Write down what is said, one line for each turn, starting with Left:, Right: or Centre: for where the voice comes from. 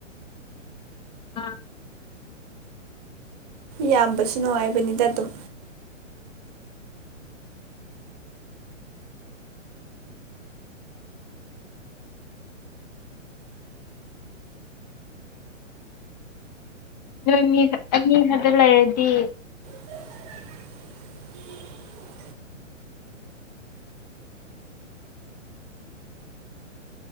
Left: ꯃ
Right: ꯌꯥꯝꯕꯁꯨ ꯅꯨꯡꯉꯥꯏꯕꯅꯤꯗ ꯑꯗꯨꯝ
Left: ꯅꯣꯏ ꯃꯤ ꯃꯤ ꯈꯔꯗ ꯂꯩꯔꯗꯤ
Right: <unintelligible>